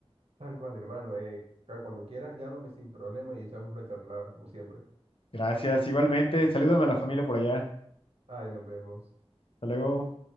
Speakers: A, on the right; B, on the left.
A: Tal cual, hermano. Eh, ca- cuando quieras, llámame sin problema y echamos una charlada, como siempre.
B: Gracias, igualmente, salúdame a la familia por allá.
A: Ay, nos vemos.
B: Hasta luego.